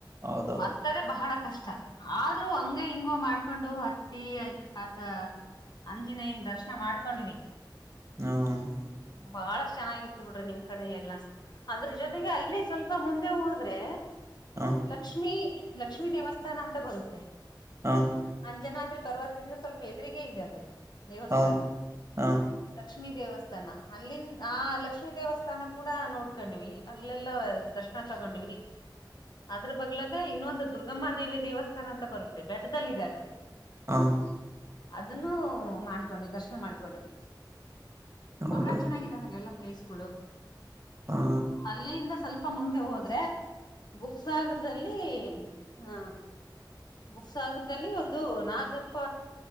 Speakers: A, on the right (about 35°); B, on the left (about 60°).
A: ಹೌದು
B: ಮತ್ತದೇ ಬಹಳ ಕಷ್ಟ ಆದ್ರೂ ಹಂಗೆ -ಹಿಂಗೋ ಮಾಡ್ಕೊಂಡು ಹತ್ತಿ ಹತ ಅಂಜಿನೇಯನ್ ದರ್ಶನ ಮಾಡ್ಕೊಂಡ್ವಿ
A: ಹ್ಮ <unintelligible>
B: ಬಹಳ ಚೆನ್ನಾಗಿತ್ತು ಬಿಡ್ರಿ ನಿಮ್ ಕಡೆ ಎಲ್ಲಾ ಅದ್ರ ಜೊತೆಗೆ ಅಲ್ಲಿ ಸ್ವಲ್ಪ ಮುಂದೆ ಹೋದ್ರೆ
A: ಹಾ <unintelligible>
B: ಲಕ್ಷ್ಮೀ ಲಕ್ಷ್ಮೀ ದೇವಸ್ಥಾನ ಅಂತ ಬರುತ್ತೆ
A: ಹಾ <unintelligible>
B: ಅಂಜನಾದ್ರಿ ಪರ್ವತದಿಂದ ಸ್ವಲ್ಪ ಎದರಿಗೆ ಇದೆ ಅದು ದೇವಸ್ಥಾನ
A: ಹಾ ಹಾ
B: ಲಕ್ಷ್ಮೀ ದೇವಸ್ಥಾನ ಅಲ್ಲಿಂದ ಆ ಲಕ್ಷ್ಮೀ ದೇವಸ್ಥಾನ ಕೂಡ ನೋಡ್ಕೊಂಡ್ವಿ ಅಲ್ಲೆಲ್ಲ ದರ್ಶನ ಹಾ ತಗೊಂಡ ಹೋಗಿ <unintelligible> ಅದ್ರ ಬಗ್ಲಾಗ ಇನ್ನೊಂದು ದುರ್ಗಮ್ಮ ದೇವಿ ದೇವಸ್ಥಾನ ಅಂತ ಬರುತ್ತೆ ಬೆಟ್ಕದಲ್ಲಿ ಇದೆ ಅದು
A: ಹಾ <unintelligible>
B: ಅದನ್ನು ಮಾಡ್ಕೊಂಡ್ವಿ ದರ್ಶನ ಮಾಡ್ಕೊಂಡ್ವಿ
A: ಹೌದಾ
B: ಬಹಳ ಚೆನ್ನಾಗಿದೆ ಅಲ್ಲೆಲ್ಲ ಪ್ಲೇಸ್ಗಳು
A: ಹ
B: ಅಲ್ಲಿಯಿಂದ ಸ್ವಲ್ಪ ಮುಂದೆ ಹೋದ್ರೆ ಬುಕ್ಸಾಗರದಲ್ಲಿ ಹ ಬುಕ್ಸಾಗರದಲ್ಲಿ ಒಂದು ನಾಗಪ್ಪ